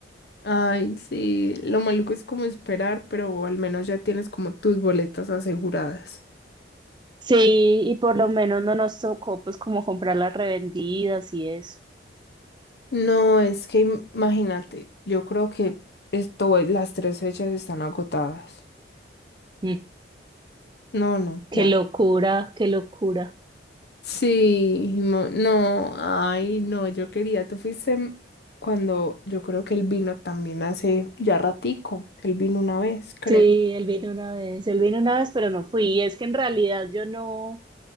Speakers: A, on the left; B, on the right.
A: Ay, sí, lo maluco es como esperar, pero al menos ya tienes como tus boletas aseguradas.
B: Sí, y por lo menos no nos tocó pues como comprar las revendidas y eso.
A: No, es que im- imagínate, yo creo que esto, las tres fechas están agotadas.
B: Mm,
A: No, no,
B: qué
A: ya.
B: locura, qué locura.
A: Sí, mo- no, ay, no, yo quería, tú fuiste m- cuando yo creo que él vino también hace ya ratico, él vino una vez, creo.
B: Sí, él vino una vez, él vino una vez, pero no fui. Y es que en realidad yo no